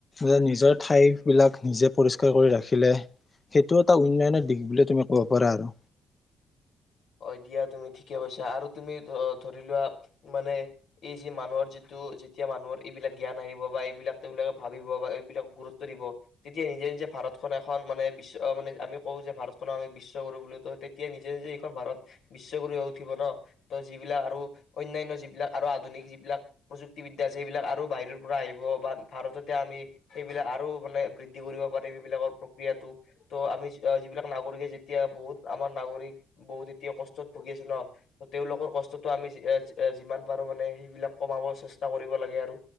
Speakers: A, on the left (about 25°); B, on the left (about 70°).
A: যে নিজৰ ঠাই বিলাক নিজে পৰিষ্কাৰ কৰি ৰাখিলে সেইটো এটা উন্নয়নৰ দিশ বুলি তুমি ক'ব পাৰা আৰু
B: অ দিয়া তুমি ঠিকে কৈছা আৰু তুমি ধৰি লোৱা মানে এই যি মানুহৰ যিটো যেতিয়া মানুহৰ এইবিলাক জ্ঞান আহিব বা এইবিলাক তেওঁলোকে ভাবিব বা এইবিলাকক গুৰুত্ব দিব তেতিয়া নিজে নিজে ভাৰতখন এখন মানে বিশ্ব মানে আমি কওঁ যে ভাৰতখনক আমি বিশ্ব কৰো বুলিতো তেতিয়া নিজে নিজে ভাৰত বিশ্ব গুৰু উঠিব ন ত' যিবিলাক আৰু অন্যান্য যিবিলাক আৰু আধুনিক যিবিলাক প্ৰযুক্তিবিদ্যা আছে সেইবিলাক আৰু বাহিৰৰ পৰা আহিব বা ভাৰততে আমি সেইবিলাক আৰু মানে বৃদ্ধি কৰিব পাৰিম সেইবিলাকৰ প্ৰক্ৰিয়াটো ত' আমি যিবিলাক নাগৰিকে যেতিয়া বহুত আমাৰ নাগৰিক, বহুত এতিয়া কষ্টত ভুগি আছে ন তেওঁলোকৰ কষ্টটো আমি যিমান পাৰো মানে সেইবিলাক কমাব চেষ্টা কৰিব লাগে আৰু